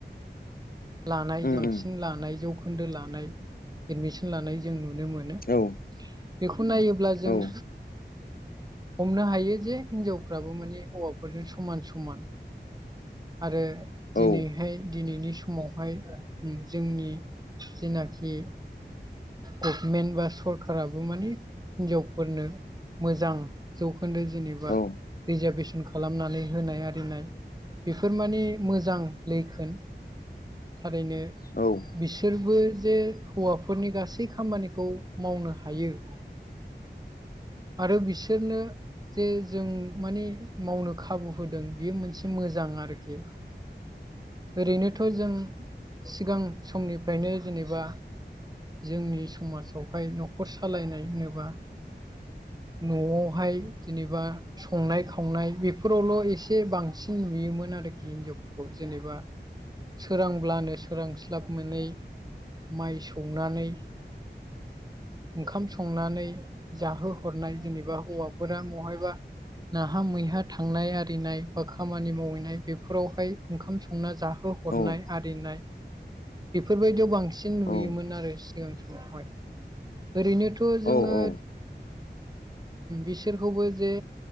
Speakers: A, on the right (about 20°); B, on the left (about 55°).
A: लानाय जांसिन
B: उम
A: लानाय जौखोन्दो लानाय एडमिसन लानाय जों नुनो मोनो
B: औ
A: बेखौ नायोब्ला जों
B: औ
A: हमनो हायो जे हिनजावफ्राबो माने हौवाफोरजों समान समान आरो दिनैहाय
B: औ
A: दिनैनि सम समावहाय जोंनि जेनाखि गभमेन्ट बा सरखाराराबो माने हिनजावफोरनो मोजां जौखोन्दो जेनेबा
B: औ
A: रिजारभेसन खालामनानै होनाय आरिनाय बेफोर माने मोजां लैखोन थारैनो
B: औ
A: बिसोरबो जे हौवाफोरनि गासै खामानिखौ मावनो हायो आरो बिसोरनो जे जों माने मावनो खाबु होदों बेयो मोनसे मोजां आरोखि ओरैनोथ जों सिगां समनिफ्रायनो जेनेबा जोंनि समाजावहाय न'खर सालायनाय होनोब्ला न'आवहाय जेनेबा संनाय खावनाय बेफोरावल एसे बांसिन नुयोमोन आरोखि हिनजावफोरखौ जेनेबा सोरांब्लानो सोरांस्लाब मोनै माइ सौनानै ओंखाम संनानै जाहोहरनाय जेनेबा हौवाफोरा महायबा नाहा मैहा थांनाय आरिनाय बा खामानि मावहैनाय बेफोरावहाय ओंखाम संना जाहो हरनाय
B: औ
A: आरिनाय बेफोरबायदियाव बांसिन नुयोमोन
B: औ
A: आरो सिगां समावहाय ओरैनोथ जोङो
B: औ औ
A: बिसोरखौबो जे